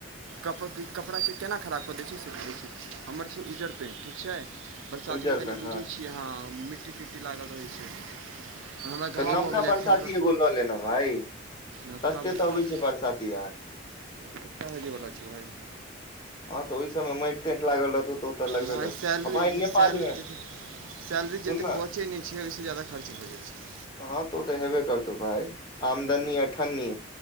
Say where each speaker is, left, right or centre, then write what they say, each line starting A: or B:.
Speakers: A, on the right; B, on the left.
A: कप कपड़ाके केना खराब कऽ दै छै सेै छै हमर छै उज्जर पेन्ट ठीक छै बरसातीमे
B: उज्जर
A: कनि
B: पेंट
A: बुझै
B: हँ
A: छियै अहाँ मिट्टी तिट्टी लागल रहै छै हमरा
B: तऽ
A: गाँ
B: नवका
A: भऽ गेलै
B: बरसाती
A: फल
B: एगो लऽ लेना भाय
A: नवका
B: सस्ते
A: बड़का
B: तऽ अबै
A: <inaudible> <unintelligible>
B: बरसाती यार <unintelligible>
A: बहु छोटा हेजेवला छै भइ <inaudible> <unintelligible>
B: हँ तऽ ओहि सबय मे मैट तैट लागल रहतौ तऽ ओ तऽ लगबे
A: भाय
B: करतौ
A: सैलरी
B: आ भाय नेपाल
A: सैलरी
B: मे
A: जेत सैलरी
B: सुन
A: जतेक
B: ने
A: बचै नहि छै ओहिसँ ज्यादा खर्च भऽ जाइ छै
B: हँ तू हेबे करतौ भाय आमदनी अठनी